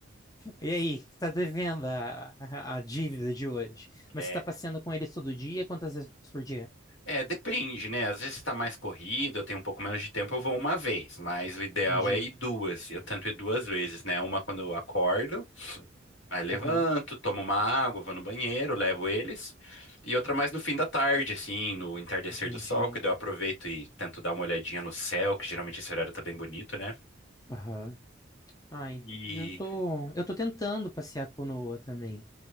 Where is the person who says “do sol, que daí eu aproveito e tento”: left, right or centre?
Left